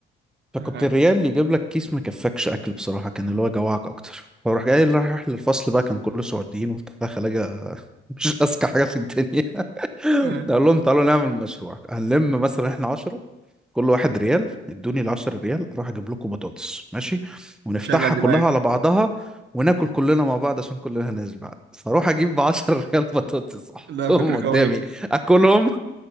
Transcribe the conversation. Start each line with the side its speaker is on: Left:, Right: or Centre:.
Centre: فكنت
Right: آه.
Centre: الريال يجيب لك كيس ما كفكش اكل بصراحة كان اللي هو جوعك اكتر فروح جاي اللي رايح للفصل بقى كان كله سعوديين وبتاع خلاجة مش اذكى حاجة في الدنيا
Right: آه.
Centre: اقول لهم تعالوا نعمل مشروع هنلم مثلا احنا 10 كل واحد ريال ادوني ال 10 ريال اروح اجيب لكم بطاطس ماشي ونفتحها
Right: شغل
Centre: كلها
Right: دماغك
Centre: على بعضها وناكل كلنا مع بعض عشان كلنا نشبع فاروح اجيب ب 10 ريال بطاطس <laughs> احطهم
Right: لا فكرة
Centre: قدامي
Right: قوية
Centre: اكلهم